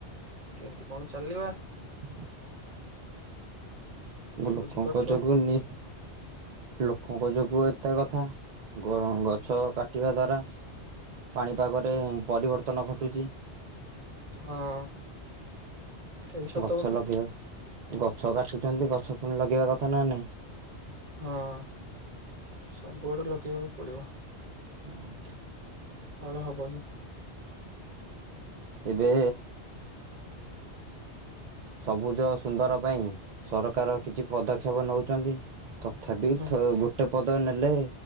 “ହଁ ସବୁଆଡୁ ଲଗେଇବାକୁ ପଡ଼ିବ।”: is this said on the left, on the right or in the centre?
Right